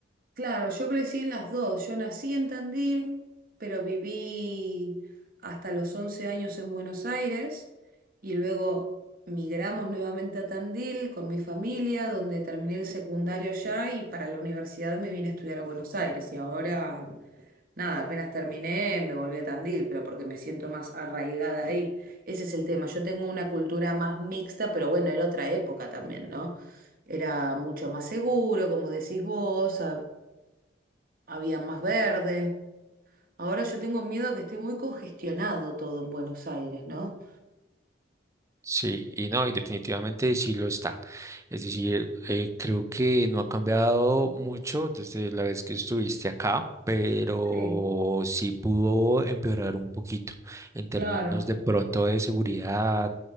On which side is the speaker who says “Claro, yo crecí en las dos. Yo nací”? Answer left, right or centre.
Right